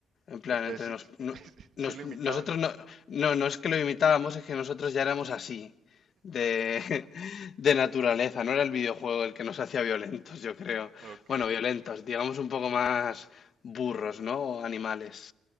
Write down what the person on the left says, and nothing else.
En plan,
entre
nos, no-
nos-
nosotros no, no, no es que lo imitábamos, es que nosotros ya éramos así, de, <laughs> de naturaleza. No era el videojuego el que nos hacía violentos, yo creo.
Bueno, violentos, digamos un poco más burros, ¿no? O animales.